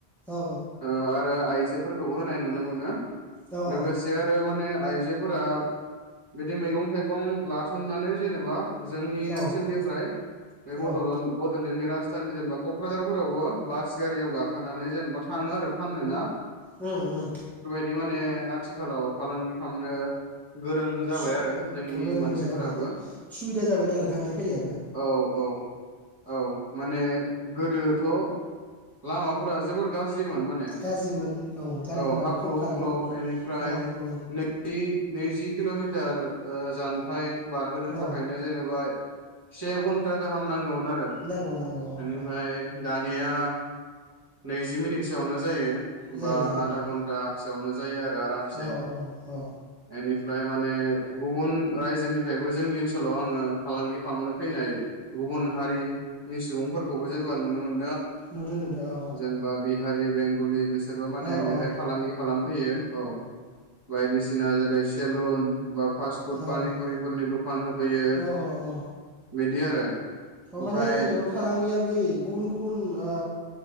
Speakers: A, in the centre; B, on the right.
A: औ
B: ओ आरो आयजो खौ होनाय नुनो मोनो।
A: औ
B: लोगोसे आरो थार माने आइजोफोरा बिदि मैगं थाइगं लाथुमनानै जेनेबा जोंनि
A: औ
B: ओनसोलनिफ्राय बे बड'ल'न
A: औ
B: बड'लेण्डनि राज सिथानि जेनबा क'क्राझारफोरावबो बास गारियाव गाखोनानै जेनेबा थाङो आरो फाननो ना?
A: उम उम
B: दि माने आथिखालाव फालांगि खामनो गोरों
A: उम
B: जाबाय आरो जोंनि
A: औ गोरोंबो
B: मानसिफोराबो
A: जाबाय सुबिदा जाबाय नालाय थांलाय फैलायाबो
B: औ औ औ माने गोदोथ' लामाफोरा जोबोर गाज ‌जि मोन माने
A: गाज्रिमोन गारिफोराबो
B: औ हाख्ल'
A: खम
B: हुख्ल'
A: खारोमोन
B: एनिफ्राय
A: औ औ
B: नैजि नैजि किल'मिटार ओ जानथाइ बारहोनो
A: औ
B: थाखायनो जेनेबा से घन्टा गाहामनांगौमोन। मोन आरो
A: नांगौ नांगौ औ
B: एनिफ्राय
A: औ
B: दानिया नैजि मिनिटसोआवनो जायो।
A: जायो
B: बा
A: जायो
B: आदा
A: औ
B: घन्टासोआवनो जायो आरो आरामसे
A: औ औ औ औ
B: एनिफ फ्राय माने गुबुन रायजोनिफायबो जोंनि ओनसोलाव आङो फालांगि खालामनो फैनाय गुबुन हारिनि सुबुंफोरखौबो जेनेबा नुनो मोन
A: नुदो नुदो आ
B: जेनेबा बि हारि बेंगलि बिस सोरबो माने
A: औ औ
B: बेहाय फालांगि खालामफैयो औ बायदिसिना <unintelligible> लाय सेेलन बा फासु पुत
A: औ
B: पानिपुरिफोरनि द फान होफैयो।
A: औ औ औ
B: बिदि आरो। ओमफाय
A: माने जेनेबा फालांगिया बै गुबुन गुबुन ओ।